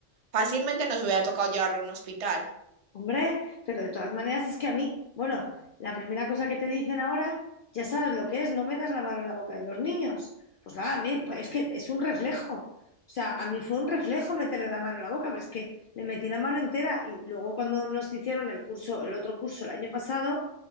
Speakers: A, on the right (about 50°); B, on the left (about 60°).
A: fácilmente nos hubiera tocado llevarlo a un hospital.
B: Hombre, pero de todas maneras es que a mí, bueno, la primera cosa que te dicen ahora, ya sabes lo que es, no metas la mano en la boca de los niños. Pues nada, a mí, pues es que es un reflejo. O sea, a mí fue un reflejo meterle la mano en la boca, pero es que le metí la mano entera y luego cuando nos hicieron el curso, el otro curso el año pasado,